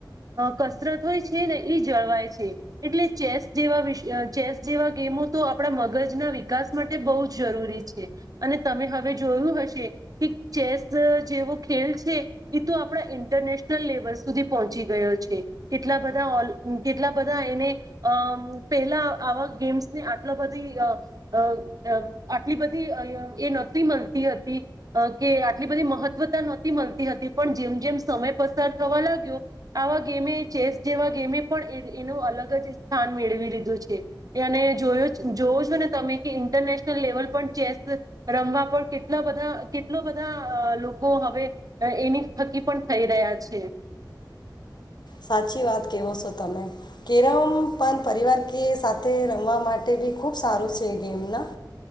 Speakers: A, on the right; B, on the left.
A: કસરત હોય છે ને એ જળવાય છે એટલે ચેસ જેવા વિષ ચેસ જેવા ગેમો તો આપણા મગજના વિકાસ માટે બહુ જ જરૂરી છે અને તમે હવે જોયું હશે કે ચેસ જેવો ખેલ છે એ તો આપણા ઇન્ટરનેશનલ લેવલ સુધી પહોંચી ગયો છે, કેટલા બધા ઓ કેટલા બધા એને પહેલા આવા ગેમ્સને આટ બધી આટલી બધી એ નહોતી મળતી હતી કે આટલી બધી મહત્વતા નહોતી મળતી હતી પણ જેમ જેમ સમય પસાર થવા લાગ્યો આવા ગેમે ચેસ જેવા ગેમે પણ એનું અલગ જ સ્થાન મેળવી લીધું છે. એને જોયો જોવ છો ને તમે કે ઇન્ટરનેશનલ લેવલ પર ચેસ રમવા પર કેટલા બધા કેટલા બધા લોકો હવે એની થકી પણ થઈ રહ્યા છે.
B: સાચી વાત કેવો છો તમે કેરમ પણ પરિવાર કે સાથે રમવા માટે ભી ખુબ સારું છે, એ ગેમ ના